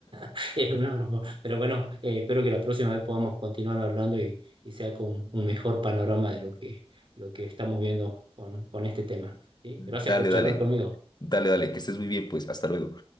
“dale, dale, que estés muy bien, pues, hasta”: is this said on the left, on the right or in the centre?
Left